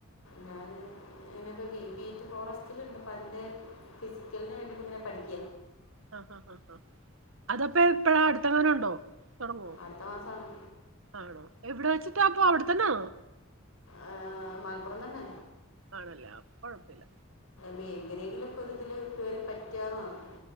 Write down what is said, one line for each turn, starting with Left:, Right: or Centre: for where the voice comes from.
Left: ഞാന് ഇങ്ങനെ ബീറ്റ് ഫോറസ്റ്റിലണ്ട് പ്പ അതിന്റെ ഫിസിക്കലിന് വേണ്ടിയിട്ട് ഇങ്ങനെ പഠിക്ക
Right: ആ ഹാ ആ ഹാ അതപ്പോ ഇപ്പഴാ അടുത്തങ്ങാനുണ്ടോ തൊടങ്ങോ
Left: അടുത്ത മാസമാണ്
Right: ആണോ എവിടെ വെച്ചിട്ടപ്പ അവിടു ആന്നോ
Left: ഏഹ മലപ്പുറം തന്നെ
Right: ആണല്ലേ അപ്പ കൊഴപ്പില്ല
Left: അ എങ്ങനെങ്കിലൊക്കെ ഒരിതില് കേറി പറ്റാന്നാണ്.